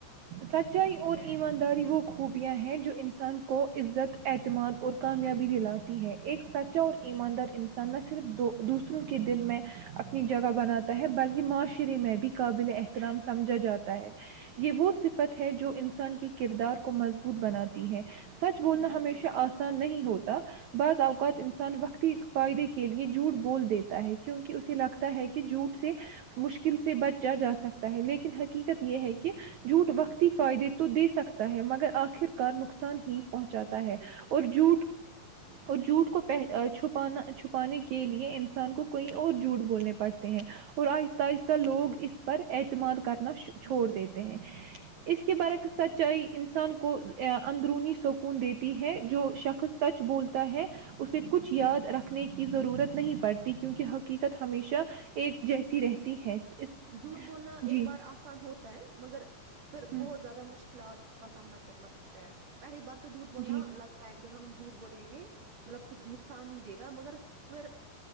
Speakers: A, on the right; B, on the right.
A: سچائی اور ایماندار وہ خوبیاں ہیں جو انسان کی کو عزت اعتماد اور کامیابی دلاتی ہے ایک سچا اور ایماندار انسان نہ صرف دوسروں کے دل میں اپنی جگہ بناتا ہے بلکہ معاشر ے میں بھی
B: جی
A: قابل
B: بالکل
A: اہم سمجھا جاتا ہے یہ وہ صفت ہے جو انسان کے کردار کو مضبوط بناتی ہے سچ بولنا
B: بالکل
A: ہمیشہ آسان نہیں ہوتا بعض اوقات انسان وقتی فائدے کے لیے جھوٹ بول دیتا ہے کیونکہ اسے لگتا ہے کہ جھوٹ سے مشکل سے بچا جا سکتا ہے لیکن حقیقت یہ ہے کہ جھوٹ وقتی فائدے تو دے سکتا ہے مگر آخر کار نقصان ہی پہنچاتا
B: بالکل بالکل
A: ہے
B: بالکل
A: اور جھوٹ اور جھوٹ کو پہ چھپانا چھپانے کے لیے انسان کو کوئی اور جھوٹ بولنے پڑتے ہیں اور اہستہ اہستہ لوگ اس پر اعتماد کرنا چھوڑ
B: جی
A: دیتے
B: بالکل
A: ہیں اس کے برکس سچائی انسان کو اندرونی سکون دیتی ہے جو شخص سچ بولتا ہے اسے کچھ یاد رکھنے کی ضرورت نہیں پڑتی کیونکہ حقیقت ہمیشہ ایک جیسی
B: جی
A: رہتی ہے اس
B: جھوٹ بولنا
A: جی
B: ایک بار آسان ہوتا ہے مگر پھر
A: ہ
B: بہت زیادہ مشکلات کا سامنا کرنا پڑتا ہے پہلی بار تو تو جھوٹ بولنا
A: جی
B: لگتا ہے کہ ہم جھوٹ بولے گے مطلب کچھ نقصان نہیں دے گا مگر پھر